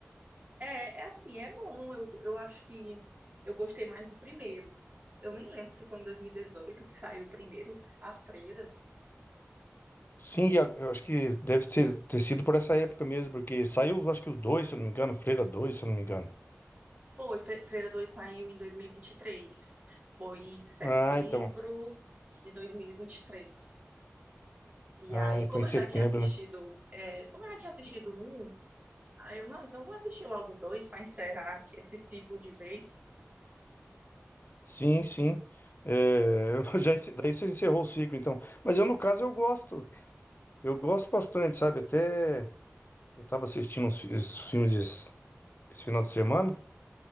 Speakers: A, on the right; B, on the left.
A: É, é assim, é bom. Eu, eu acho que eu gostei mais do primeiro. Eu nem lembro se foi em 2018 que saiu o primeiro, A Freira.
B: Sim, e a- eu acho que deve ter, ter sido por essa época mesmo, porque saiu, acho que os dois, se eu não me engano, Freira dois, se eu não me engano.
A: Foi, Fre- Freira 2 saiu em 2023. Foi em setembro
B: Ah, então.
A: de 2023. E
B: Ah,
A: aí, como
B: foi em setembro,
A: eu já tinha assistido,
B: né?
A: é, como eu já tinha assistido um, aí eu, não, então vou assistir logo dois para encerrar aqui esse ciclo de vez.
B: Sim, sim. É, <laughs> já, ence- daí você encerrou o ciclo, então. Mas eu, no caso, eu gosto. Eu gosto bastante, sabe? Até eu tava assistindo uns, fi- esses filmes esse, esse final de semana.